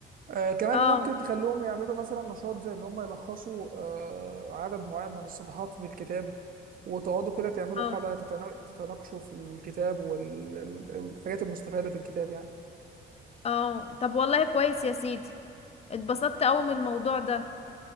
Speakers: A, on the right; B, on the left.
A: آه كمان
B: اه
A: ممكن تخليهم يعملوا مثلا نشاط زي ان هم يلخصوا آه عدد معين من الصفحات في الكتاب وتقعدوا كده تعملوا
B: اه
A: حلقة تتنا- تتناقشوا في الكتاب والحاجات المستفادة في الكتاب يعني
B: اه طب والله كويس يا سيدي اتبسطت قوي من الموضوع ده